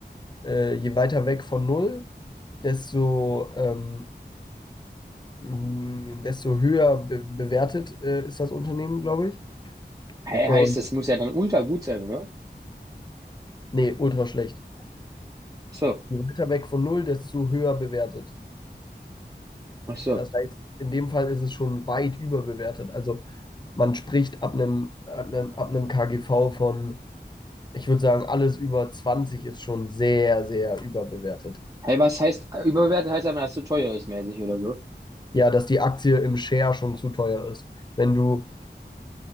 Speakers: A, on the left; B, on the right.
A: äh, je weiter weg von null, desto, ähm, mh, desto höher be bewertet äh, ist das Unternehmen, glaube ich.
B: Hä,
A: Und
B: heißt, das muss ja dann ultra gut sein, oder?
A: nee, ultra schlecht.
B: Ach so,
A: Je weiter weg von null, desto höher bewertet.
B: ach so.
A: Das heißt, in dem Fall ist es schon weit überbewertet. Also man spricht ab einem, ab einem, ab einem KGV von, ich würde sagen, alles über 20 ist schon sehr, sehr überbewertet.
B: Hey, was heißt überbewertet? Heißt einfach, dass es zu teuer ist, mäßig oder so.
A: Ja, dass die Aktie im Share schon zu teuer ist. Wenn du,